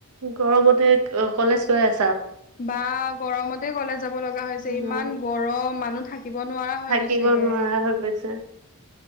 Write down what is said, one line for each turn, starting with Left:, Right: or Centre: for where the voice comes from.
Right: গৰমতে কলেজ গৈ আছে
Left: বা গৰমতে কলেজ যাব লগা হৈছে,
Right: উম
Left: ইমান গৰম মানুহ থাকিব নোৱাৰা হৈ
Right: থাকিব
Left: গৈছেগে
Right: নোৱাৰা হৈ গৈছে।